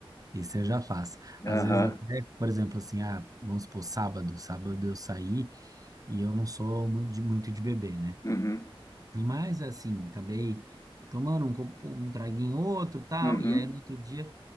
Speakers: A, on the right; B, on the left.
A: Isso eu já faço. Às
B: Aham,
A: vezes até, por exemplo, assim, ah, vamos supor, sábado, sábado eu saí e eu não sou muito de, muito de beber, né?
B: uhum,
A: Mas assim, acabei tomando um, copo- um traguinho outro, tal,
B: uhum,
A: e aí no outro dia